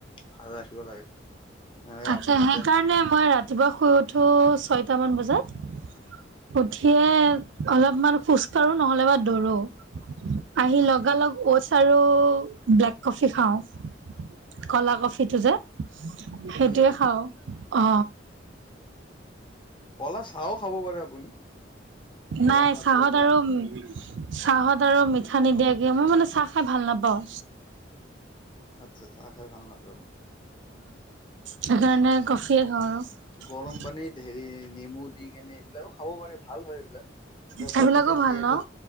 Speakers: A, on the left (about 25°); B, on the right (about 75°).
A: ভাল ৰাখিব লাগে। এ
B: তাকে
A: আপুনি
B: সেইকাৰণে
A: এতিয়া
B: মই ৰাতিপুৱা শুই উঠো ছয়টামান বজাত। উঠিয়ে অলপমান খোজ কঢ়ো নহ'লে বা দৌৰোঁ। আহি লগালগ অ'টছ আৰু ব্লেক কফি খাওঁ। কলা কফিটো যে। সেইটোৱে
A: উম উম
B: খাওঁ অ।
A: কলা চাহও খাব পাৰে আপুনি। কলা
B: নাই
A: চাহটোও
B: চাহত
A: বেয়া
B: আৰু
A: নহয়
B: চাহত আৰু মিঠা নিদিয়াকৈ মই মানে চাহ খাই ভাল নাপাওঁ।
A: আচ্ছা চাহ খাই ভাল নাপাই বোলে।
B: সেইকাৰণে কফিয়ে খাওঁ আৰু।
A: গৰম পানীত হেৰি নেমু দি কেনে এইবিলাকো খাব পাৰে ভাল হয়। এতিয়া
B: সেইবিলাকো
A: কফিটো যিহেতু
B: ভাল ন